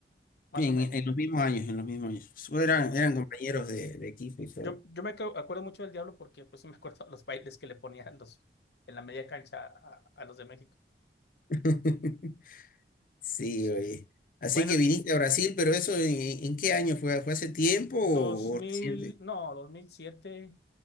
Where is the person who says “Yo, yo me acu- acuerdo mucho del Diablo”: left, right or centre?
Left